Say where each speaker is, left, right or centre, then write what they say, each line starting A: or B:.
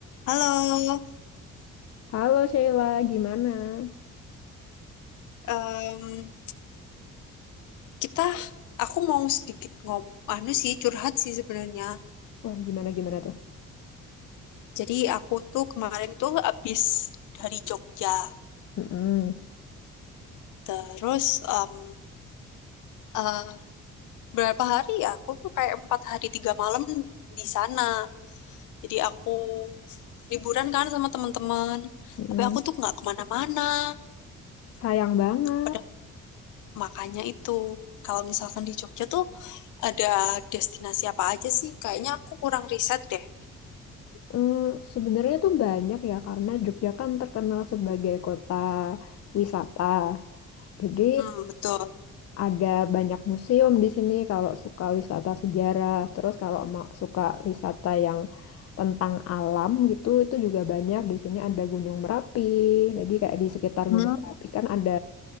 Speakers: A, on the left (about 80°); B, on the left (about 55°).
A: Halo,
B: Halo Sheila, gimana?
A: em, kita, aku mau sedikit ngom, anu sih curhat sih sebenarnya.
B: Wah, gimana gimana tuh?
A: Jadi aku tuh kemarin tuh abis dari Jogja,
B: Mm-mm,
A: terus em, eh, berapa hari ya? Aku tuh kayak empat hari tiga malam di sana. Jadi aku liburan kan sama teman-teman,
B: mm-mm.
A: tapi aku tuh nggak kemana-mana.
B: Sayang banget.
A: Pada makanya itu, kalau misalkan di Jogja tuh ada destinasi apa aja sih? Kayaknya aku kurang riset deh.
B: Mm, sebenarnya tuh banyak ya karena Jogja kan terkenal sebagai kota wisata. Jadi
A: Hmm, betul.
B: ada banyak museum di sini kalau suka wisata sejarah. Terus kalau ma- suka wisata yang tentang alam gitu itu juga banyak di sini ada Gunung Merapi. Jadi kayak di sekitar
A: 음,
B: Gunung Merapi kan ada